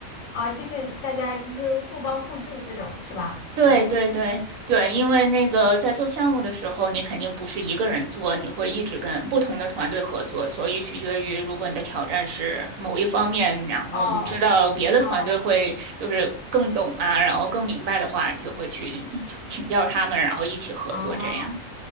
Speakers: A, on the left (about 80°); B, on the right (about 85°).
A: 啊、就是大家就是互帮互助这种是吧？
B: 对对对对，
A: 反正
B: 因为那个在做项目的时候，你肯定不是一个人做，你会一直跟不同的团队合作，所以取决于如果你的挑战是某一方面，然后你知道别的团队会就是更懂啊，
A: 哦。哦。
B: 然后更明白的话，你就会去请教他们，然后一起合作这样。
A: 哦。